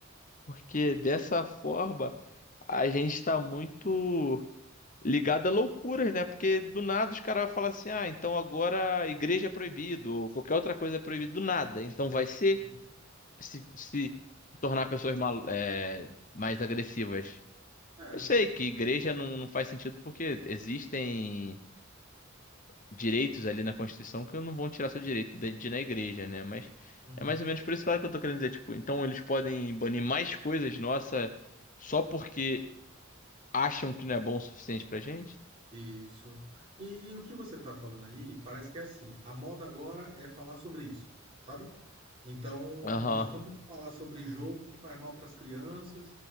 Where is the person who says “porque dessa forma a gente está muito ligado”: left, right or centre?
Left